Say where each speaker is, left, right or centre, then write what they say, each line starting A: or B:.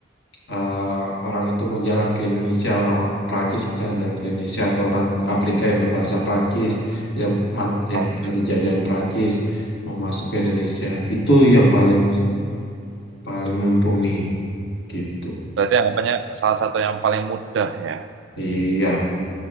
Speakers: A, on the left; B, on the right.
A: eh, orang itu mau jalan ke Indonesia orang Prancis misalnya jalan ke Indonesia atau orang Afrika yang berbahasa Prancis yang man-
B: Oh,
A: yang pernah dijajahan Prancis mau masuk ke Indonesia itu yang paling paling mumpuni gitu
B: berarti anggapannya salah satu yang paling mudah ya.
A: iya